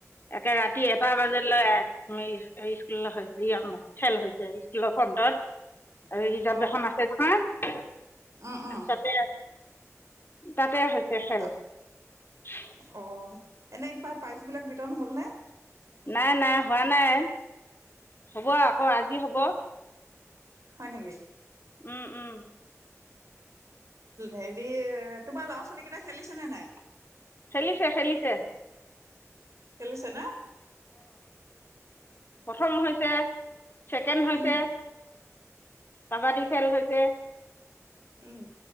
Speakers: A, on the left (about 40°); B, on the right (about 65°).
A: একে ৰাতি এটা বজালৈ <unintelligible> খেল হৈছে স্কুলৰ ফ্ৰন্টত। আৰু ৰিজাৰ্ভ
B: অ'
A: এখন আছে নহয়।
B: উম, উম।
A: তাতে তাতে হৈছ
B: তাত
A: <unintelligible>
B: অ এনে পায় প্ৰাইজ বিলাক বিতৰণ হল নে।
A: নাই নাই হোৱা নাই, হ'ব আকৌ আজি হ'ব।
B: হয় নেকি।
A: উম, উম।
B: হেৰি তোমাৰ ল'ৰা ছোৱালী কেইটা খেলিছে নে নাই।
A: খেলিছে-খেলিছে।
B: খেলিছেনে।
A: প্ৰথম হৈছে। ছেকেণ্ড হৈছে।
B: উম,
A: কাবাডী খেল হৈছে
B: উম।